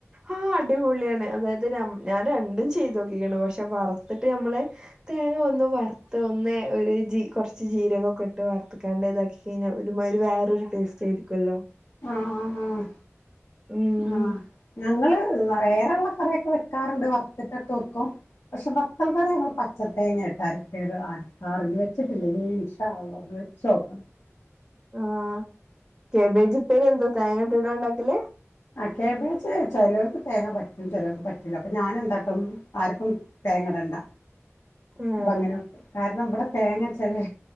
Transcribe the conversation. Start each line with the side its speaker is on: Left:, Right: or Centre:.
Right: ആഹ് അടിപൊളിയാണ് അതായത് ഞാൻ രണ്ടും ചെയ്ത് നോക്കിക്ക്ണ് പക്ഷെ വറുത്തിട്ട് നമ്മളെ തേങ്ങ ഒന്ന് വറുത്ത് ഒന്ന് ഒരു ജി കുറച്ച് ജീരകൊക്കെ ഇട്ട് വാർത്തുക്കാണ്ട് ഇതാക്കി കഴിഞ്ഞാൽ ഒരുമാതിരി വേറൊരു ടേസ്റ്റ് ചെയ്തുക്കല്ലോ
Left: ആഹ് ആഹ്
Right: ഉം
Left: ആഹ് ഞങ്ങള് വേറെള്ള കറിയൊക്കെ വെക്കാറുണ്ട് വറുത്തിട്ടൊക്കെ വെക്കും- പക്ഷെ വത്ത്‌ൾക്കറി ഞങ്ങൾ പച്ച തേങ്ങായിട്ടാര് <unintelligible> ഇറങ്ങി വെച്ചിട്ടില്ലേ ഇൻശാ അല്ലാഹ് ഇനി ഒന്ന് വെച് നോക്കണം
Right: ആഹ്- ക്യാബേജ് ഉപ്പേരി എന്താ തേങ്ങ ഇട്ടിട്ടാണോ ഉണ്ടാക്കല്
Left: ആ ക്യാബേജ് ചിലവർക്ക് തേങ്ങ പറ്റും ചിലർക്ക് പറ്റൂല അപ്പൊ ഞാനെന്താട്ടും ആർക്കും തേങ്ങടണ്ട
Right: ആഹ്
Left: അങ്ങനെക്കെ കാരണം ഇവിടെ തേങ്ങ ചെില